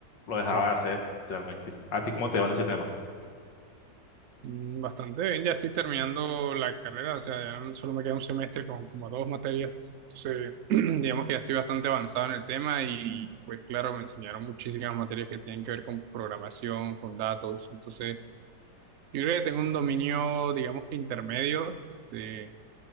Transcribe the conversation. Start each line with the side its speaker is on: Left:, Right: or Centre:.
Left: lo dejaba
Right: sí.
Left: de hacer realmente. ¿A ti cómo te va en ese tema?
Right: Mm, Bastante bien, ya estoy terminando la carrera, o sea, ya no- solo me queda un semestre con como dos materias. Entonces, <clears throat> digamos que ya estoy bastante avanzado en el tema y pues claro, me enseñaron muchísimas materias que tienen que ver con programación, con datos. Entonces, yo creo que tengo un dominio, digamos que intermedio de,